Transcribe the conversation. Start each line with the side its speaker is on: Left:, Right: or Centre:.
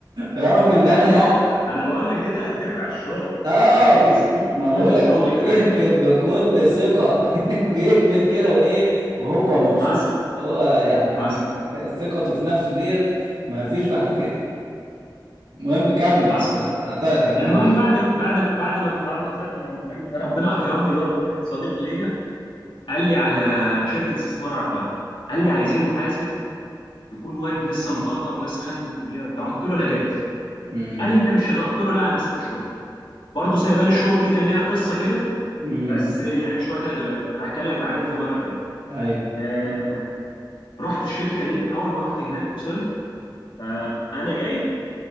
Right: رغم ان
Left: لانه
Right: انا
Left: ما انا بقول لك دي ثلاث ارباع الشغل
Right: اه
Left: تلات-
Right: بي...
Left: 90%
Right: ما بقولك
Left: من الشغل
Right: بيهبط
Left: كمان
Right: بكل ثقة <laughs> بيهبط كده وايه وهو مبسوط
Left: حصل
Right: هو يعني
Left: حصل
Right: <laughs> ثقته في نفسه ديت ما فيش بعد كده المهم كمل
Left: حصل
Right: ك- قطعتك
Left: المهم
Right: معلش
Left: بعد بعد بعد ما بعد ما طلعت من عند الراجل ده ربنا اكرمني برضه بواحد صديق ليا قال لي على شركه استثمار عقاري قال لي عايزين محاسب يكون واد لسه مطقطق ولسه خارج من الكليه وبتاع قلت له انا جاهز
Right: امم
Left: قال لي انت مش شغال قلت له لا انا سبت الشغل برضه سايبان الشغل دي كان ليها قصه كده
Right: امم
Left: بس يعني مش وقتها دلوقتي هبقى احكي لك بعدين في مره تانيه
Right: <laughs> ايوه
Left: آه، رحت الشركه دي اول ما رحت هناك وصلت فانا جاي